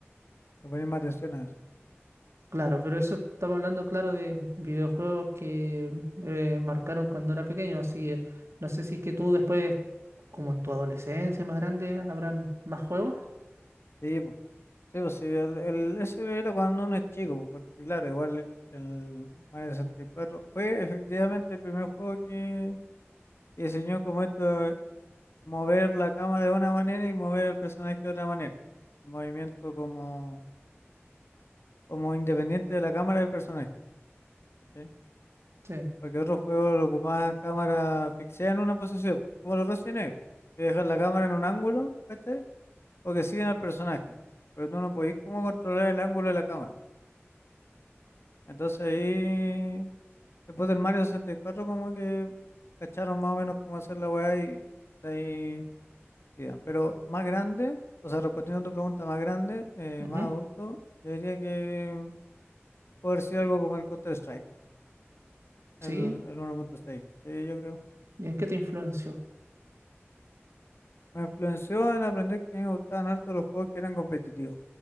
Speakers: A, on the left; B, on the right.
A: le pones más atención a eso.
B: Claro, pero eso estamos hablando, claro, de videojuegos que eh, marcaron cuando era pequeño, así que no sé si es que tú después, como en tu adolescencia más grande, habrán más juegos.
A: Sí, po. Sí, pues sí, el, el- ese era cuando uno es chico, po, porque claro, igual el el Mario sesenta y cuatro fue efectivamente el primer juego que, que diseñó como esto mover la cámara de una manera y mover al personaje de otra manera. El movimiento como, como independiente de la cámara del personaje. ¿cachai?
B: Sí.
A: Porque otros juegos lo ocupaban cámara fixada en una posición, como los Resident Evil, que dejan la cámara en un ángulo, ¿cachai? O que siguen al personaje. Pero tú no podés como controlar el ángulo de la cámara. Entonces ahí, después del Mario 64, como que cacharon más o menos cómo hacer la weá y de ahí digan. Pero más grande, o sea, respondiendo a tu pregunta, más grande, eh,
B: Ujú.
A: más adulto, yo diría que puede haber sido algo como el Counter-Strike,
B: Sí.
A: el, el 1.6. Sí, yo creo.
B: ¿Y en qué te influenció?
A: Me influenció en aprender que a mí me gustaban harto los juegos que eran competitivos,